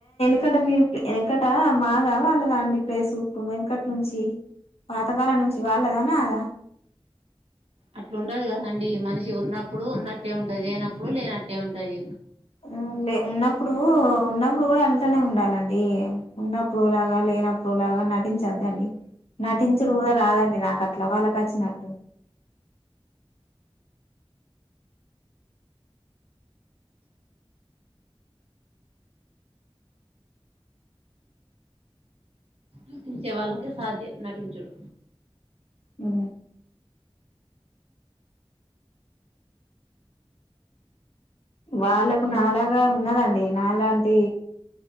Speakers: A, on the left; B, on the right.
A: ఇంక మీ వెనకట మాదా వాళ్ళదా అండి ప్లేసు వెనుకటి నుంచి పాతకాలం నుంచి వాళ్ళదా నాదా.
B: అట్లా ఉండదు కదండి మనిషి ఉన్నప్పుడు ఉన్నట్టే ఉంటది లేనప్పుడు లేనట్టే ఉంటది.
A: ఉ లే ఉన్నప్పుడు ఉన్నప్పుడు కూడా అట్లనే ఉండాలండి ఉన్నప్పుడు ఓగలాగా లేనప్పుడు ఓగలాగా నటించద్దండి. నటించుడు కూడా రాదండి నాకు అట్ల వాళ్ళకచ్చినట్టు.
B: నటించే వాళ్ళకే సాధ్యం నటించుడు.
A: అ వాళ్ళకు నాలాగా ఉన్నదండి నాలాంటి